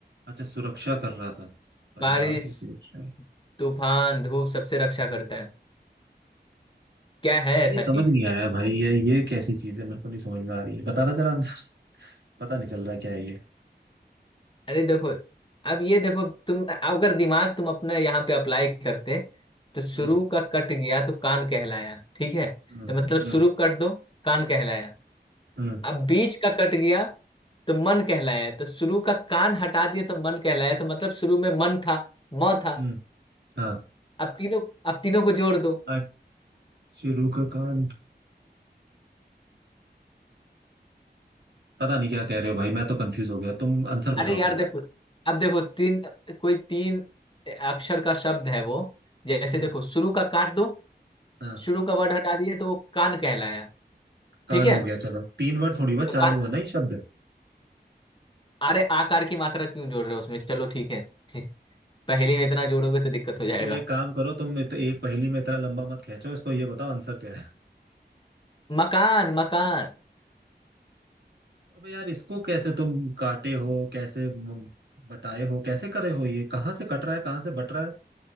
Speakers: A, on the right (about 75°); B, on the left (about 25°).
A: अच्छा सुरक्षा कर रहा था परिवार
B: बारिश
A: की सुरक्षा
B: तूफान धूप सबसे रक्षा करता
A: हम्म,
B: है क्या है ऐसा
A: ये समझ
B: चीज
A: नहीं आया भाई ये ये कैसी चीज है मेरे को नहीं समझ में आ रही है बताना जरा आंसर पता नहीं चल रहा है क्या है ये
B: अरे देखो अब ये देखो तुम अगर दिमाग तुम अपना यहाँ पे अप्लाई करते तो शुरू
A: हम्म
B: का कट गया तो कान कहलाया ठीक है
A: हम्म
B: तो मतलब
A: हम्म
B: शुरू कट दो कान कहलाया
A: हम्म
B: अब बीच का कट गया तो मन कहलाया तो शुरू का कान हटा दिया तो मन कहलाया तो मतलब शुरू में मन था म था
A: हम्म, हाँ
B: अब तीनों अब तीनों को जोड़ दो
A: आज शुरू का कान पता नहीं क्या कह रहे हो भाई मैं तो कंफ्यूज हो गया तुम आंसर
B: अरे
A: बताओ
B: यार
A: पहले
B: देखो अब देखो तीन कोई तीन अक्षर का शब्द है वो जैसे
A: हम्म
B: देखो शुरू का काट दो
A: हाँ
B: शुरू का वर्ड हटा दिए तो वो कान कहलाया
A: कान
B: ठीक है
A: हो गया चलो तीन वर्ड थोड़ी हुआ
B: तो
A: चार
B: कान
A: हुआ ना ये शब्द
B: अरे आकार की मात्रा क्यों जोड़ रहे हो उसमें चलो ठीक है <laughs> पहेली में इतना जोड़ोगे तो दिक्कत हो जाएगा
A: तुम एक काम करो तुम इत, एक पहेली में इतना लंबा मत खींचो इसको ये बताओ आंसर क्या है
B: मकान मकान
A: अबे यार इसको कैसे तुम काटे हो कैसे म- बटाए हो कैसे करे हो ये कहाँ से कट रहा है कहाँ से बट रहा है